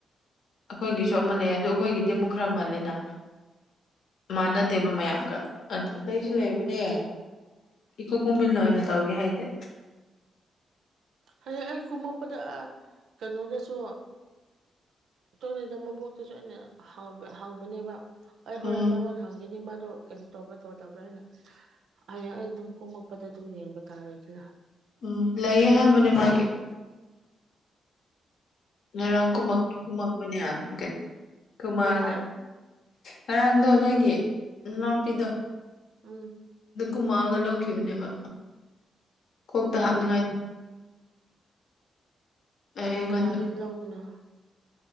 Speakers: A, on the left; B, on the right.
A: ꯑꯩꯈꯣꯏꯒꯤꯁꯨ ꯑꯃ ꯂꯩ ꯑꯗꯨ ꯑꯩꯈꯣꯏꯒꯤꯗꯤ ꯑꯃꯨꯛ ꯈꯔ ꯃꯥꯜꯂꯦꯅ ꯃꯥꯟꯅꯗꯦꯕ ꯃꯌꯥꯝꯒ ꯑ ꯑꯇꯩꯁꯨ ꯂꯩꯕꯅꯦ ꯌꯥꯏ ꯏꯀꯨ ꯀꯨꯃꯤꯜꯂ ꯍꯅ ꯇꯥꯎꯒꯤ ꯍꯥꯏꯗ
B: ꯍꯌꯦꯡ ꯑꯩ ꯀꯨꯝꯃꯛꯄꯗ ꯀꯩꯅꯣꯗꯁꯨ ꯇꯣꯏꯅꯩꯗ ꯃꯕꯣꯛꯇꯁꯨ ꯑꯩꯅ ꯍꯪꯕꯅꯦꯕ ꯑꯩ ꯍꯣꯏ
A: ꯎꯝ
B: ꯑꯩ ꯃꯔꯣꯟ ꯍꯪꯒꯦꯅꯤ ꯃꯥ ꯀꯩꯅꯣ ꯇꯧꯕ꯭ꯔꯥ ꯇꯧꯗꯕ꯭ꯔꯥ ꯍꯥꯏꯅ ꯑꯩ ꯑꯩ ꯑꯗꯨꯝ ꯀꯣꯝꯃꯛꯄꯗ ꯑꯗꯨꯝ ꯌꯦꯡꯕ ꯇꯥꯔꯦ ꯑꯗꯨꯅ
A: ꯎꯝ ꯂꯩꯌꯦ ꯍꯥꯏꯕꯅꯦ ꯃꯥꯒꯤ ꯉꯔꯥꯡ ꯀꯨꯝ ꯀꯨꯝꯃꯛꯄꯅꯦ ꯍꯥꯏ ꯀꯨꯝꯃꯑꯒ
B: ꯍꯥ
A: ꯉꯔꯥꯡꯗꯣ ꯅꯣꯏꯒꯤ ꯃꯄꯤꯗꯣ
B: ꯎꯝ
A: ꯀꯨꯝꯃꯛꯑꯒ ꯂꯧꯈꯤꯕꯅꯦꯕ ꯀꯣꯛꯇ
B: ꯎꯝ
A: ꯍꯥꯞꯅꯤꯡꯉꯥꯏꯗ ꯑꯩꯉꯣꯟꯗ
B: ꯀꯅꯥ ꯀꯅꯥꯗꯒꯤ ꯂꯧꯕꯅꯣ